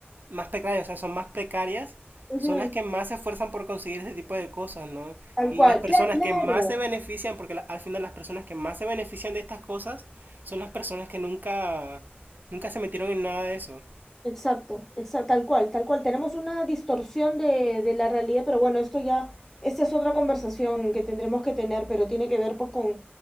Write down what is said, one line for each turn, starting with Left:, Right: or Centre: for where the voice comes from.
Right: más precarias, o sea, son más precarias,
Centre: Ujú,
Right: son las que más se esfuerzan por conseguir este tipo de cosas, ¿no?
Centre: Tal
Right: Y
Centre: cual,
Right: las personas
Centre: claro, claro,
Right: que más se benefician, porque la- al final las personas que más se benefician de estas cosas son las personas que nunca nunca se metieron en nada de eso.
Centre: exacto, exacto, tal cual, tal cual. Tenemos una distorsión de, de la realidad, pero bueno, esto ya, esta es otra conversación que tendremos que tener, pero tiene que ver pues con,